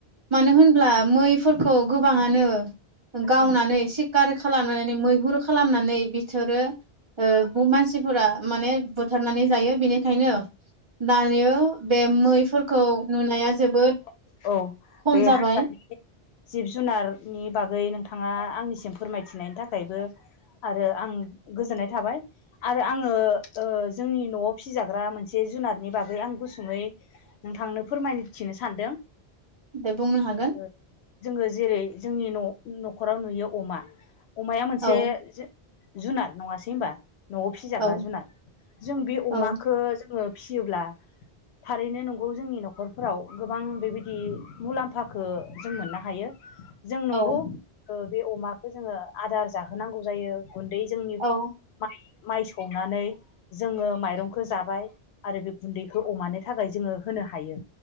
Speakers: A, on the right (about 40°); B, on the left (about 80°).
A: मानो होनब्ला मै फोरखौ गोबाङानो गावनानै
B: उम
A: सिखार खालामनानै मैहुर खालामनानै बिसोरो ओ बे मानसिफोरा माने बुथारनानै जायो बिनि खायनो
B: दे
A: दायो बे मैफोरखौ नुनाया जोबोद
B: औ
A: खम
B: बे
A: जाबाय
B: हाग्रानि जिब-जुनारनि बागै नोंथा‌ ङा आंनिसिम फोरमायथिनायनि थाखायबो आरो आं गोजोननाय थाबाय आरो आङो ओ जोंनि न'आव फिजाग्रा मोनसे जुनारनि बागै आं गुसुङै नोंथांनो फोरमायथिनो सानदों।
A: दे बुंनो हागोन
B: ओ जोङो जेरै -जोंनि न'-न'खराव नुयो अमा अमाया मोनसे
A: औ
B: जु-जुनार नङासै होनबा? न'आव फिजाग्रा
A: औ
B: जुुनार जों बे
A: औ
B: अमाखो जोङो फियोब्ला थारैनो नंगौ जोंनि न'खरफोराव गोबां बेबायदि मुलाम्फाखो जों मोननो हायो। जों
A: औ
B: नंगौ ओ बे अमाखो जोङो आदार जाहोनांगौ जायो। गुन्दै जोंनि
A: औ
B: माइ-माइ सौनानै जोङो माइरंखो जाबाय आरो बे गुन्दैखौ अमानो थाखाय जोङो होनो हायो